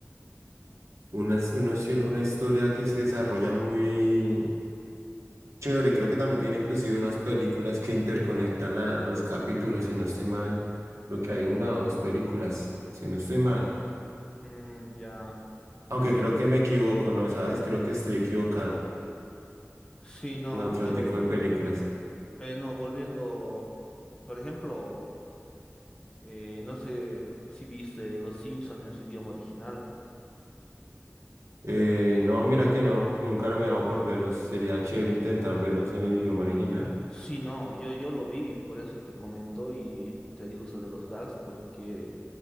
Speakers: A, on the right; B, on the left.
A: una, es una, una historia que se desarrolla muy chévere. Creo que también tiene inclusive unas películas que interconectan la- los capítulos, si no estoy mal. Creo que hay una o dos películas, si no estoy mal.
B: Mm, ya.
A: Aunque
B: Eh,
A: creo que me equivoco, ¿no? ¿Sabes? Creo que estoy equivocado
B: sí, no,
A: en otro
B: pero
A: tipo de películas.
B: Bueno, volviendo, por ejemplo, eh, no sé si viste Los Simpsons en su idioma original.
A: Eh, no, mira que no. Nunca me he dado por verlos. Sería chévere intentar verlos en el idioma original.
B: Sí, no, yo, yo lo vi, por eso te comento y te digo sobre los gags, porque